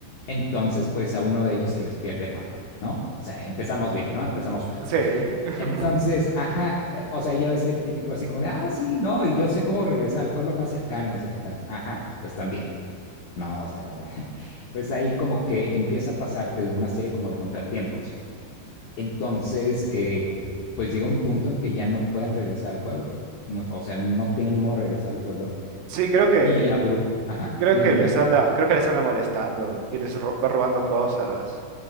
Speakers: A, on the left (about 80°); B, on the right (about 80°).
A: entonces pues a uno de ellos se les pierde el mapa, ¿no? O sea, empezamos bien, ¿no? Empezamos fuerte.
B: Sí. <laughs>
A: Entonces, ajá, eh, o sea, ella es el típico así como de, ah, sí, no, y yo sé cómo regresar al pueblo más cercano, no sé qué tanto, ajá, pues también, no, o sea, <laughs> pues ahí como que empieza a pasarte de una serie como de contratiempos, entonces, eh, pues llega un punto en que ya no pueden regresar al pueblo. No, o sea, no tienen modo de regresar al pueblo.
B: Sí, creo que,
A: Y la bruja, ajá,
B: creo
A: dime,
B: que
A: dime.
B: les anda, creo que les anda molestando y les ro- va robando cosas.